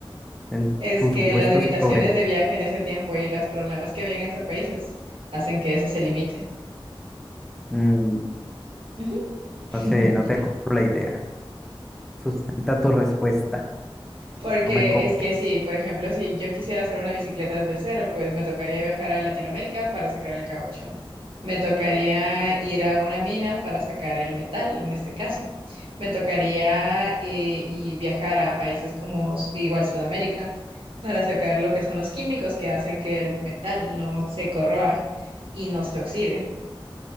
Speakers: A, in the centre; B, on the right (about 75°).
A: en
B: Es
A: tus
B: que
A: supuestos
B: las limitaciones
A: proveedores?
B: de viaje en ese tiempo y los problemas que habían entre países hacen que eso se limite.
A: Mm,
B: Ujú. <laughs>
A: no sé, no te compro la idea. Sustenta tu respuesta.
B: Porque
A: No me convence.
B: es que sí, por ejemplo, si yo quisiera hacer una bicicleta desde cero, pues me tocaría viajar a Latinoamérica para sacar el caucho. Me tocaría ir a una mina para sacar el metal, en este caso. Me tocaría eh, y viajar a países como s- igual Sudamérica para sacar lo que son los químicos que hacen que el metal no se corroa y no se oxide.